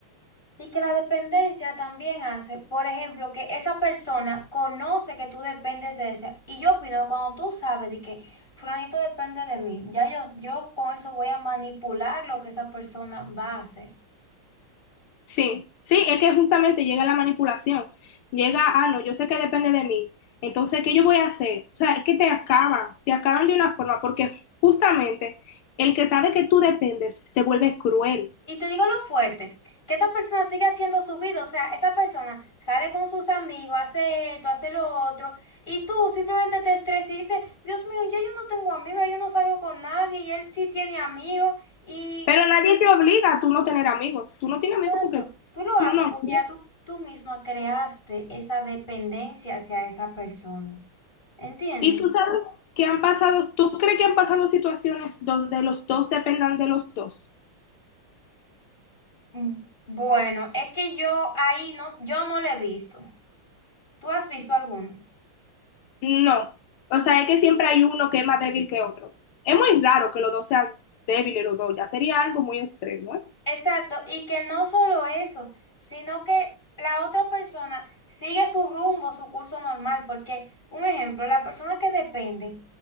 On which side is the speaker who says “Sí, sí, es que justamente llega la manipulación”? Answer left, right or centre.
Left